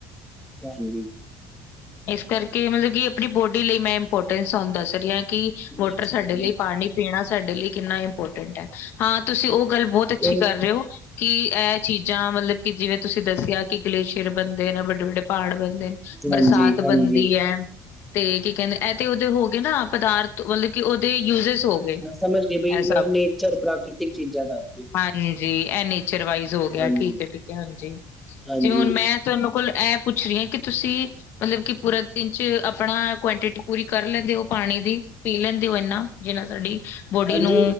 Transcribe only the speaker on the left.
ਇਸ ਕਰਕੇ ਮਤਲਬ ਕਿ ਆਪਣੀ ਬੋਡੀ ਲਈ ਮੈਂ ਇੰਪੋਰਟੈਂਸ ਤੁਹਾਨੂੰ ਦੱਸ ਰਹੀ ਹਾਂ ਕਿ
ਵੋਟਰ
ਸਾਡੇ ਲਈ ਪਾਣੀ ਪੀਣਾ ਸਾਡੇ ਲਈ ਕਿੰਨਾ ਇੰਪੋਰਟੈਂਟ ਹੈ ਹਾਂ ਤੁਸੀਂ ਉਹ ਗੱਲ ਬਹੁਤ ਅੱਛੀ
ਕਰ ਰਹੇ ਹੋ। ਕਿ ਇਹ ਚੀਜ਼ਾਂ ਮਤਲਬ ਕਿ ਜਿਵੇਂ ਤੁਸੀਂ ਦੱਸਿਆ ਕਿ ਗਲੇਸ਼ੀਅਰ ਬਣਦੇ ਨੇ ਵੱਡੇ-ਵੱਡੇ ਪਹਾੜ ਬਣਦੇ ਬਰਸਾਤ
ਬਣਦੀ ਹੈ। ਤੇ ਕੀ ਕਹਿੰਦੇ ਇਹ ਤੇ ਓਦੇ ਹੋ ਗਏ ਨਾ ਪਦਾਰਥ ਮਤਲਬ ਕਿ ਉਹਦੇ ਯੂਜੇਸ ਹੋ ਗਏ
ਇਹ ਸਭ
ਹਾਂਜੀ ਇਹ ਨੇਚਰ ਵਈਜ਼ ਹੋ ਗਿਆ
ਠੀਕ ਏ, ਠੀਕ ਏ ਹਾਂਜੀ,
ਜਿਵੇਂ ਹੁਣ ਮੈਂ ਤੈਨੂੰ ਕੋਲ ਐਂ ਪੁੱਛ ਰਹੀ ਹੈ ਕਿ ਤੁਸੀਂ ਮਤਲਬ ਕਿ ਪੂਰਾ ਦਿਨ ਚ ਆਪਣਾ ਕੁਆਂਟਿਟੀ ਪੂਰੀ ਕਰ ਲੈਂਦੇ ਉਹ ਪਾਣੀ ਦੀ। ਪੀ ਲੈਂਦੇ ਹੋ ਇੰਨਾ ਜਿਨਾ ਸਾਡੀ ਬੋਡੀ
ਨੂੰ